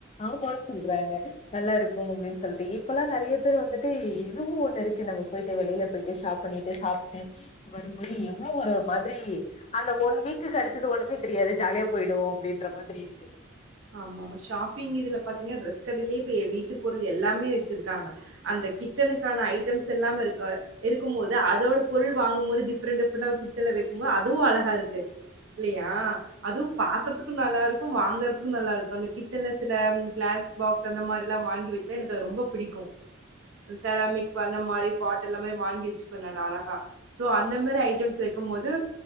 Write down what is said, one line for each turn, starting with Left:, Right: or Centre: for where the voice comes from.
Left: ஆமான் சொல்றாங்க நல்லாருக்கு அப்டின்னு சொல்லிட்டு இப்பல்லாம் நெறைய நெறய பேர் வந்துட்டு இதுவும் ஒண்ணு இருக்கு நம்ம போயிட்டு வெளில போயிட்டு ஷாப் பண்ணிட்டு சாப்டுட்டு வரும் போது எவ்ளோ ஒரு மாதிரி அந்த ஒன் வீக்குக்கு அடுத்தது ஒண்ணுமே தெரியாது ஜாலியா போயிடும் அப்டின்ற மாதிரி இருக்கு
Right: ஆமா ஆமா ஷாப்பிங் இதுல பாத்தீங்கன்னா ட்ரெஸ் கடேலயே போயி வீட்டு பொருள் எல்லாமே வச்சுருக்காங்க அந்த கிச்சனுக்கான ஐட்டம்ஸ் எல்லாமே இருக்க இருக்கும் போது அதோட பொருள் வாங்கும் போது டிஃப்ரெண்ட் டிஃர கிச்சன்ல வைக்கும்போது அதுவு அழகா இருக்கு இல்லயா அதுவு பாக்கறதுக்கு நல்லாருக்கு வாங்கறதுக்கும் நல்லாருக்கு அந்த கிச்சன்ல சில கிளாஸ் பாக்ஸ் அந்த மாதிர எல்லா வாங்கி வச்சா எனக்கு அது ரொம்ப புடிக்கு செராமிக் அந்த மாதிரி பாட்டல் எல்லா மாரி வாங்கி வச்சுக்க நா அழகா சோ அந்த மாரி ஐட்டம்ஸ் வக்கும் போது